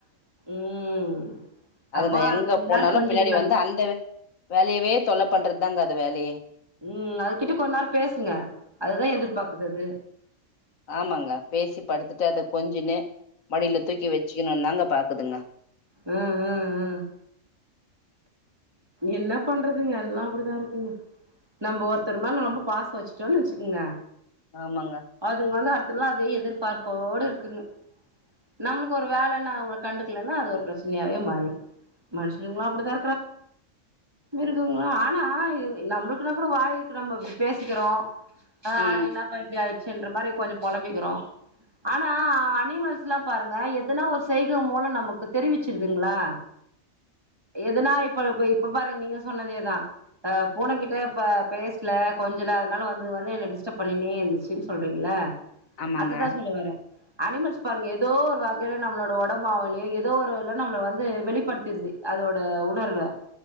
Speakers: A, on the right; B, on the left.
A: ம்
B: அது
A: அப்போ
B: நா எங்க
A: கொஞ்ச
B: போனாலு
A: நேரோ கொஞ்சிடுங்க
B: பின்னாடி வந்து
A: அது
B: அந்த வேலயவே தொல்ல பண்றதுதாங்க வேலயே
A: உம் அதுகிட்ட கொஞ்ச நேரொ பேசுங்க அதுதா எதிர்பாக்குதது
B: ஆமாங்க பேசி படுத்துட்டு அத கொஞ்சின்னு மடியில தூக்கி வெச்சுக்கணுந்தாங்க பாக்குதுங்க
A: உம் உம் உம் என்ன பண்றதுங்க எல்லா அப்டித்தா இருக்குங்க நம்ப ஒருத்தருமேல ரொம்ப பாசொ வெச்சுட்டோன்னு வெச்சுக்குங்க
B: ஆமாங்க
A: அதுங்க வந்து அத்தல்லா அதையே எதிர் பார்ப்போடு இருக்குங்க நம்ளுக்கு ஒரு வேல நா அவங்கள கண்டுக்கலன்னா அது ஒரு பெரச்சனையாவே மாறி மனுஷனுங்கள அப்டிதா இருக்குங்களா ஆனா நம்மளுக்குனா கூட வாயி இருக்கு நம்மப்ப பேசிக்கிறோ
B: ம்
A: அட என்னாப்ப இப்டி ஆயிடுச்சுன்ற மாதிரி கொஞ்சோ புழம்பிக்கிறோ ஆனா அனிமல்ஸ் எல்லா பாருங்க எதுனா ஒரு செய்க மூலோ நமக்கு தெரிவிச்சிருதுங்களா இதுனா இப்ப இ இப்ப பாருங்க நீங்க சொன்னதே தா பூனகிட்ட பேசல கொஞ்சல அதனால வந்து வந்து என்ன டிஸ்டர்ப் பண்னின்னே இருந்துச்சுன்னு சொல்றீங்களா
B: ஆமாங்க
A: அத தா சொல்லவரே அனிமல்ஸ் பாருங்க ஏதோ ஒரு வகையில நம்மளோட உடம்பாளைய ஏதோ ஒரு நம்மள வந்து வெளிப்படுத்திடுது அதோட உணர்வு